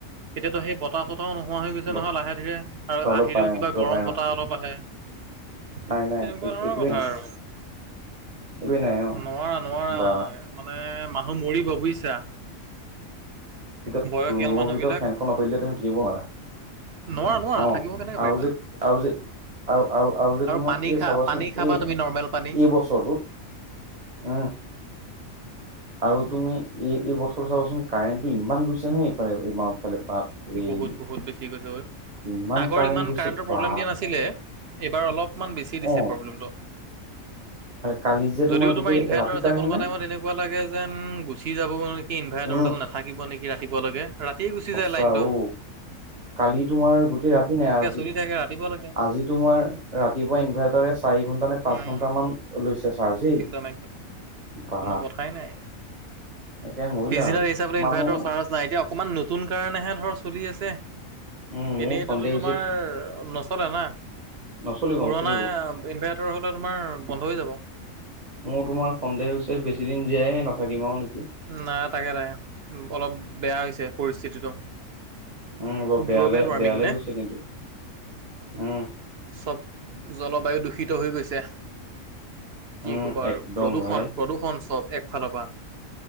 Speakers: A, on the right (about 50°); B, on the right (about 30°).
A: এতিয়াটো সেই বতাহ চতাহও নোহোৱা হৈ গৈছে
B: বতাহ
A: নহয় লাহে ধীৰে। আৰু
B: অলপ
A: আহিলেও
B: পায়
A: কিবা
B: অ
A: গৰম
B: পায়
A: বতাহ
B: অ
A: অলপ আহে, সেই
B: নাই নাই
A: তেনেকুৱা ধৰণৰ
B: একোৱে
A: কথা
B: নাই
A: আৰু।
B: একোৱে নাই অ
A: নোৱাৰা, নোৱাৰা
B: বা
A: মানে মানুহ মৰিব বুজিছা।
B: ভিত
A: বয়সীয়াল
B: ৰুমৰ
A: মানুহবিলাক
B: ভিতৰত ফেনখন অ'ফ কৰিলে তুমি থাকিব নোৱাৰা।
A: নোৱাৰা নোৱাৰা
B: অ',
A: থাকিব কেনেকে পাৰিবা।
B: আৰু যে, আৰু যে আৰু আৰু আৰু যে তোমাৰ
A: পানী
B: এই
A: খা
B: চাবাচোন
A: পানী খাবা
B: এই
A: তুমি নৰ্মেল পানী।
B: এই বছৰটোত উম আৰু তুমি এই, এই বছৰ চাবচোন কাৰেণ্টটো ইমান গৈছে নহয় এইফালে এই আমাৰ ফালে বাপ এই
A: বহুত, বহুত বেছি গৈছে
B: ইমান
A: আগৰ
B: কাৰেণ্ট
A: ইমান
B: গৈছে
A: কাৰেণ্টৰ
B: বা
A: প্ৰব্লেম দিয়া নাছিলে। এইবাৰ অলপমান বেছি দিছে
B: অ
A: প্ৰব্লেমটো।
B: কালি যে
A: যদিও
B: গোটেই
A: তোমাৰ ইনভাৰ্টাৰ
B: ৰাতি
A: আছে
B: কাৰেণ্ট
A: কোনোবা
B: নাই
A: টাইমত এনে কুৱা লাগে যেন গুচি যাব নেকি ইনভাৰ্টাৰডাল
B: উম
A: নাথাকিব নেকি ৰাতিপুৱা লৈকে, ৰাতিয়ে গুচি
B: সঁচা
A: যায় লাইন। দো।
B: অ কালি তোমাৰ গোটেই ৰাতি নাই আজি,
A: চলি থাকে ৰাতিপুৱালৈকে
B: আজি তোমাৰ ৰাত তি পুৱা ইনভাৰ্টাৰে চাৰি ঘন্টা নে পাঁচ
A: উম
B: ঘন্টা মান লৈছে চাৰ্জ হেই।
A: একদম।
B: বা
A: কোনো কথাই নাই।
B: একে মহিলা
A: পিছদিনা
B: আৰু
A: দেখিছা বোলে
B: মানুহ
A: ইনভাৰ্টাৰ চাৰ্জ নাই এতিয়া অকমান নতুন কাৰণেহে ধৰ চলি আছে,
B: উম মোৰ
A: এনেইটোতো
B: সন্দেহ
A: তোমাৰ
B: হৈছে
A: নচলে না।
B: নচলিব
A: পুৰণা
B: নচলিব
A: ইনভাৰ্টাৰ হ'লে তোমাৰ বন্ধ হৈ যাব।
B: মোৰ তোমাৰ সন্দেহ হৈছে বেছি দিন জীয়াই নাথাকিম আৰু নেকি।
A: নাই তাকে, তাকে অলপ বেয়া হৈছে পৰিস্থিতিটো।
B: উম, বৰ বেয়ালৈ
A: গ্ল'বেল ৱাৰ্মিং
B: বেয়ালৈ
A: নে
B: গৈছে কিন্তু, উম।
A: চব জলবায়ু দূষিত হৈ গৈছে। কি
B: উম
A: ক'বা আৰু
B: একদম
A: প্ৰদূ্ষণ,
B: ভাই
A: প্ৰদূৰষণ চব একফালৰ পৰা।